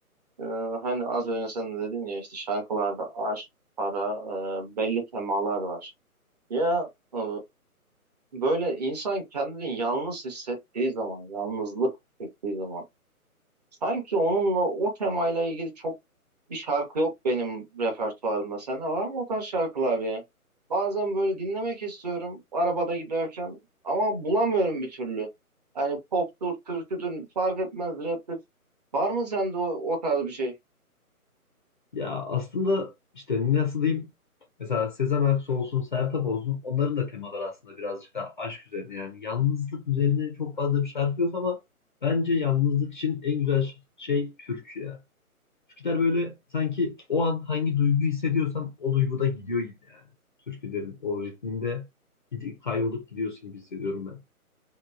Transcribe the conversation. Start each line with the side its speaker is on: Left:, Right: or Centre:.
Right: Ee, hani az önce sen de dedin ya işte şarkılarda aşk, para, e, belli temalar var. Ya e, böyle insan kendini yalnız hissettiği zaman, yalnızlık çektiği zaman sanki onunla o temayla ilgili çok bir şarkı yok benim repertuarımda. Sende var mı o tarz şarkılar ya? Bazen böyle dinlemek istiyorum arabada giderken ama bulamıyorum bir türlü. Hani poptur, türküdür fark etmez, raptir. Var mı sende o, o tarz bir şey?
Left: Ya aslında işte nasıl diyeyim mesela Sezen Aksu olsun, Sertab olsun onların da temaları aslında birazcık daha aşk üzerine yani yalnızlık üzerine çok fazla bir şarkı yok ama bence yalnızlık için en güzel ş- şey türkü ya. Türküler böyle sanki o an hangi duygu hissediyorsan o duyguda gidiyor gibi yani. Türkülerin o ritminde gidip kaybolup gidiyorsun gibi hissediyorum ben.